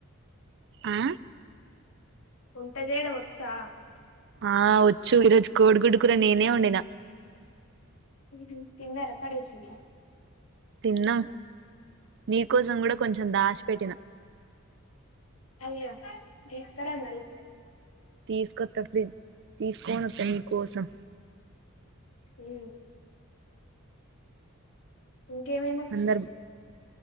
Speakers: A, on the right; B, on the left.
A: ఆ
B: వంట చేయడం వచ్చా
A: ఆ వచ్చు ఈరోజు కోడిగుడ్డు కూరా నేనే వండినా
B: మీరు తిన్నార పడే సిల్లా
A: తిన్నా మీ కోసం కూడా కొంచెం దాష్ పెట్టిన
B: అయ్యా తీస్కరా మరి
A: తీసుకోత్త ఫ్రీ తీసుకోని వోత్త నీకోసం
B: ఉ ఇంకేమేమి వచ్చు
A: అందరు